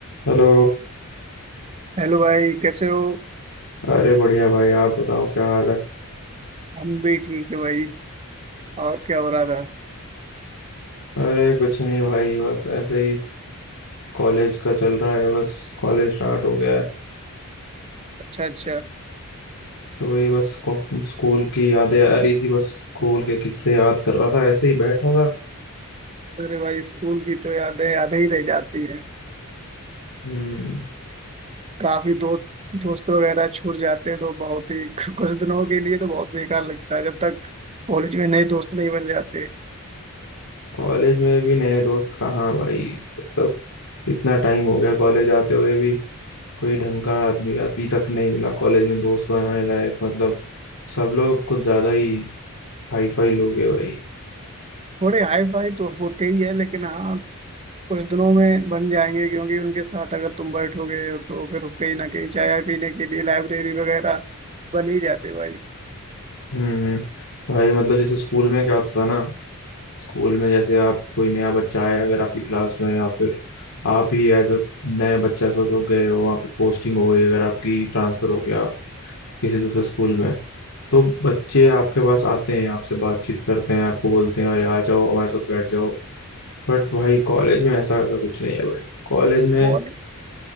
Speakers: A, on the left; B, on the right.
A: Hello
B: Hello भाई कैसे हो
A: अरे बढ़िया भाई आप बताओ क्या हाल है
B: हम भी ठीक है भाई और क्या हो रहा था
A: अरे कुछ नहीं भाई बस ऐसे ही कॉलेज का चल रहा है बस कॉलेज स्टार्ट हो गया है
B: अच्छा अच्छा
A: तो वही बस को- स्कूल की यादें आ रही थी बस स्कूल के किस्से याद कर रहा था ऐसे ही बैठा था
B: अरे भाई स्कूल की तो यादें यादें ही रह जाती हैं
A: हम्म
B: काफी दोस्त दोस्त वगैरह छूट जाते हैं तो बहुत ही <laughs> कुछ दिनों के लिए तो बहुत बेकार लगता है जब तक कॉलेज में नए दोस्त नहीं बन जाते
A: कॉलेज में भी नए दोस्त कहाँ भाई मतलब इतना टाइम हो गया कॉलेज आते हुए भी कोई ढंग का आदमी अभी तक नहीं मिला कॉलेज में दोस्त बनाने लायक मतलब सब लोग कुछ ज्यादा ही हाई फाई लोग हैं भाई
B: थोड़े हाई फाई तो होते ही है लेकिन हाँ कुछ दिनों में बन जाएंगे क्योंकि उनके साथ अगर तुम बैठोगे तो फिर कहीं ना कहीं चाय पीने के लिए लाइब्रेरी वगैरह बन ही जाते भाई
A: हम्म भाई मतलब जैसे स्कूल में क्या होता था ना स्कूल में जैसे आप कोई नया बच्चा आया अगर आपकी क्लास में या फिर आप ही एज अ नया बच्चा सोचो गए हो वहाँ पे पोस्टिंग हो गई अगर आपकी ट्रांसफर हो गया किसी दूसरे स्कूल में तो बच्चे आपके पास आते हैं आपसे बातचीत करते हैं आपको बोलते हैं अरे आ जाओ हमारे साथ बैठ जाओ बट भाई कॉलेज में ऐसा ऐसा कुछ नहीं है भाई कॉलेज में
B: वो नहीं